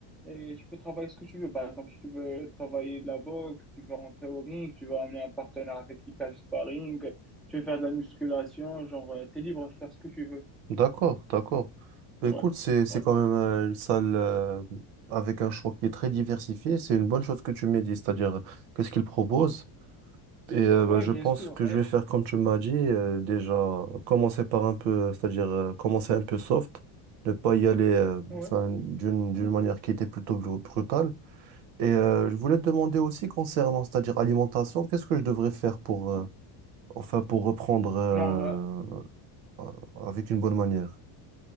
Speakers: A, in the centre; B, on the right.
A: et tu peux travailler ce que tu veux. Par exemple, si tu veux travailler de la boxe, tu veux rentrer au ring, tu veux amener un partenaire avec qui faire du sparring, tu veux faire de la musculation, genre, euh, t'es libre de faire ce que tu veux.
B: D'accord, d'accord. Mais
A: Ouais,
B: Écoute, c'est, c'est
A: ouais.
B: quand même euh, une salle euh, avec un choix qui est très diversifié. C'est une bonne chose que tu m'aies dit, c'est-à-dire euh, qu'est-ce qu'ils proposent. Et euh, bah,
A: Ouais,
B: je
A: bien
B: pense
A: sûr.
B: que je
A: eh,
B: vais faire comme tu m'as dit, euh, déjà commencer par un peu, euh, c'est-à-dire euh, commencer un peu soft, ne pas y aller euh,
A: Ouais.
B: enfin, d'une d'une manière qui était plutôt bru- brutale. Et euh, je voulais te demander aussi concernant, c'est-à-dire alimentation, qu'est-ce que je devrais faire pour, euh, enfin, pour reprendre euh,
A: Genre, euh,
B: euh, avec une bonne manière?